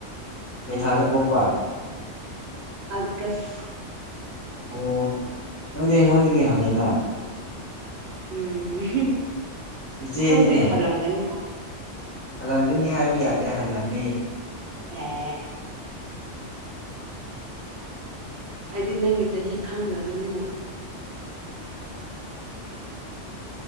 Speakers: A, on the left (about 15°); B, on the right (about 65°).
A: ꯀꯩ ꯊꯥꯗ ꯄꯣꯛꯄ
B: ꯑꯒꯁ
A: ꯑꯣ ꯅꯪꯗꯤ ꯑꯩꯉꯣꯟꯗꯒꯤ ꯍꯜꯂꯤꯅ
B: ꯎꯝ
A: ꯏꯆꯦꯅꯤꯅꯦ
B: ꯈꯪꯗꯦ ꯍꯜꯂꯝꯒꯅꯤ
A: ꯍꯜꯂꯝꯒꯅꯤ ꯍꯥꯏꯕ ꯌꯥꯗꯦ ꯍꯜꯂꯝꯃꯤ
B: ꯑꯦ ꯍꯥꯏꯗꯤ ꯅꯪꯒꯤ ꯆꯍꯤ ꯈꯪꯗꯕꯅꯤꯅ